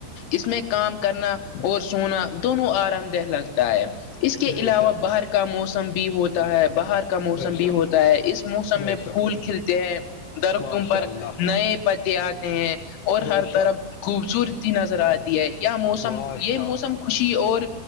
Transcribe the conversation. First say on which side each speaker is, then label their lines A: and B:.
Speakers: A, on the left (about 85°); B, on the left (about 55°).
A: اس میں کام کرنا اور سونا دونوں آرام دہ لگتا ہے اس کے
B: بے
A: علاوہ
B: شک
A: باہر کا موسم بھی ہوتا ہے باہر کا موسم
B: بے
A: بھی
B: شک
A: ہوتا ہے اس موسم
B: بے
A: میں
B: شک
A: پھول کھلتے ہیں درختوں
B: ماشاء
A: پر
B: اللہ
A: نئے پتے آتے ہیں اور
B: بے
A: ہر طرف
B: شک
A: خوبصورتی نظر آتی ہے موسم
B: ماشاء
A: یہ موسم خوشی اور